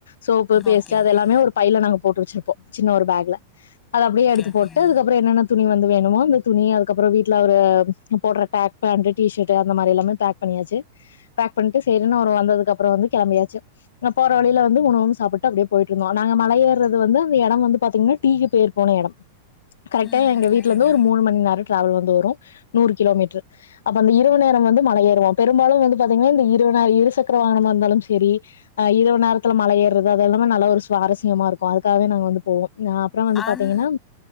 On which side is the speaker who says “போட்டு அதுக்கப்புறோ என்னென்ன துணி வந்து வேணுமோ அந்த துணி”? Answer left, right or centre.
Left